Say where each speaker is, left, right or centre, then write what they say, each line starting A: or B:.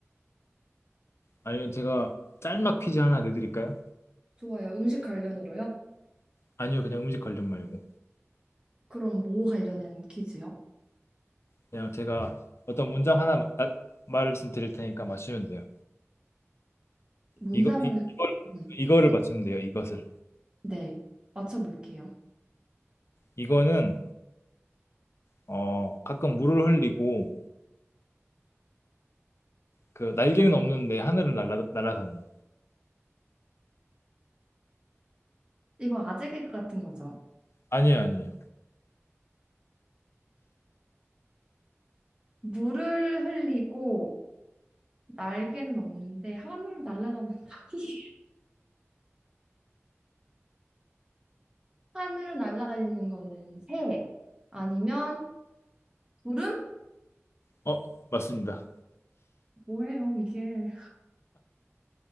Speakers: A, on the left (about 60°); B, on the right (about 20°).
A: 아니면 제가 짤막 퀴즈 하나 내드릴까요?
B: 좋아요. 음식 관련으로요?
A: 아니요, 그냥 음식 관련 말고
B: 그럼 뭐 관련된 퀴즈요?
A: 그냥 제가 어떤 문장 하나 마- 아, 말씀드릴 테니까 맞추면 돼요.
B: 문장을,
A: 이거 이, 이걸
B: 네,
A: 이거를 맞추면 돼요. 이것을
B: 네, 맞춰볼게요.
A: 이거는 어 가끔 물을 흘리고 그 날개는 없는데 하늘을 날아 날아다녀요.
B: 이거 아재 개그 같은 거죠?
A: 아니에요, 아니에요.
B: 물을 흘리고 날개는 없는데 하늘을 날아다니는 닭이 <laughs> 하늘을 날아다니는 거는 새 아니면 구름?
A: 어, 맞습니다.
B: 뭐예요 이게?